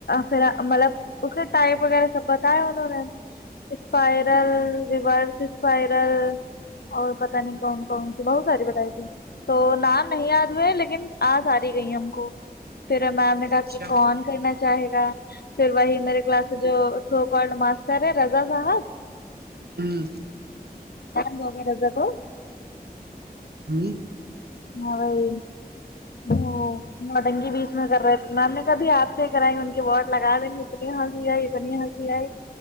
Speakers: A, on the left; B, on the right.
A: پھر مطلب اس کے ٹائپ وغیرہ سب بتایا انہوں نے اسپائرل ریبرس اسپائرل اور پتا نہیں کون کون س بہت ساری ب تو نام نہیں یاد ہوئے لیکن آج آ رہی گئی ہم کو پھر میم نے
B: اچھا
A: کہا کہ کون کرنا چاہے گا پھر وہی میرے کلاس کے جو سو کارڈ ماسٹر ہے رضا صاحب
B: ہوں
A: د وغیرہ ج کو
B: ہوں
A: ہ وہائی وہ نٹنگی بیچ میں کر رہے تھے میم نے کہبھی آپ سے ہی کرائیں گے ان کی ب واڈ لگا دیں گے اتنی ہنسی آئی اتنی ہنسی آئی